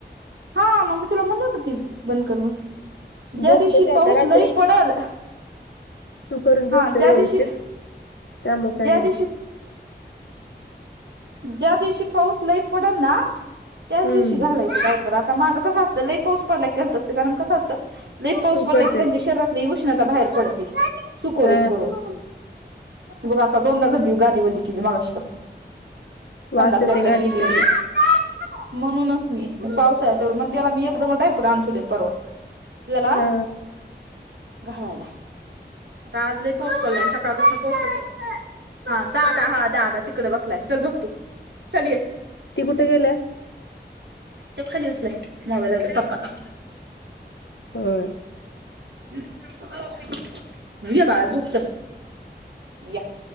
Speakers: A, on the right; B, on the left.
A: हा मग मी तुला म्हणलं होत की बंद कर ज्या
B: झोपते
A: दिवशी
B: ते
A: पाऊस
B: आता रात्री
A: लई पडल
B: तू करून झोपते
A: हा ज्या
B: व्यवस्थित
A: दिवशी,
B: त्यामुळे काय
A: ज्या
B: नाही
A: दिवशी ज्या दिवशी पाऊस लय पडेल ना त्याच
B: हम्म
A: दिवशी घालायच. <unintelligible> डायपर आता माझं कस असंतय लय पाऊस पडला की घालत असते कारण कसं असतं लई पाऊस
B: तू
A: पडला
B: करते
A: की त्यांच्या शरीरात लय उष्णता बाहेर पडती सु करून
B: हा
A: करून बघ आता दोनदा गादी ओली केली मगाशीपासून संडास
B: वास येते
A: एकदा
B: गादीचा
A: केली. <unintelligible>
B: लई
A: म्हणूनच मी पावसाळ्यात आहे तेवढं मग त्याला मी एकदमच डायपर अ आणुन ठेवलेत परवा याला
B: हा
A: घालायला आज लय पाऊस चालू आहे सकाळपासून आहे हा <unintelligible> दादा हा दादा तिकडे बसलाय चल झोप तू चल ये
B: ती कुठे गेलंय
A: तो खाली बसालाय मोबाईल बघत पप्पा चा
B: होय
A: <unintelligible> ये बाळा झोप चल या